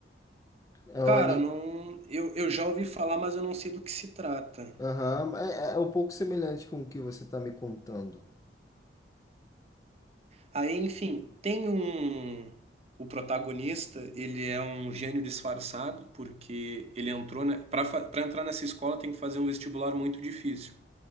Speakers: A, on the left; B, on the right.
A: É
B: cara,
A: um, ani-
B: não, eu, eu já ouvi falar, mas eu não sei do que se trata.
A: Aham, É, é é um pouco semelhante com o que você está me contando.
B: Aí, enfim, tem um. O protagonista, ele é um gênio disfarçado, porque ele entrou, né, para entrar nessa escola tem que fazer um vestibular muito difícil.